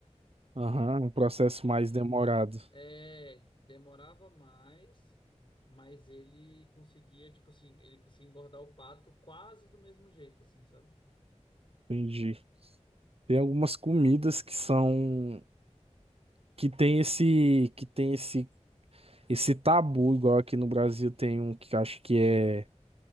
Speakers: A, on the right; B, on the left.
A: Aham, um processo
B: Mas
A: mais demorado.
B: é, demorava mais, mas ele conseguia, tipo assim, ele conseguia engordar o pato quase do mesmo jeito, assim, sabe?
A: Entendi. Tem algumas comidas que são que tem esse que tem esse esse tabu igual aqui no Brasil tem um que eu acho que é